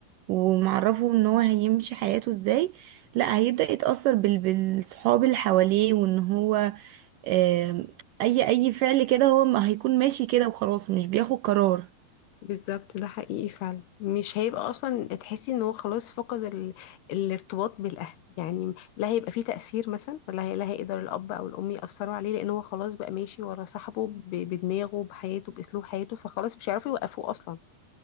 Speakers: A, on the right (about 80°); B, on the left (about 85°).
A: ومعرفه ان هو هيمشي حياته ازاي لا هيبدأ يتأثر بال... بالصحاب اللي حواليه وان هو آم، اي اي فعل كده هو ما هيكون ماشي كده وخلاص مش بياخد قرار
B: بالظبط ده حقيقي فعلا مش هيبقى اصلا تحسي ان هو خلاص فقد ال... الارتباط بالاهل يعني لا هيبقى فيه تأثير مثلا ولا هي... لا هيقدر الاب او الام يأثروا عليه لان هو خلاص بقى ماشي ورا صاحبه ب... بدماغه بحياته باسلوب حياته فخلاص مش هيعرفوا يوقفوه اصلا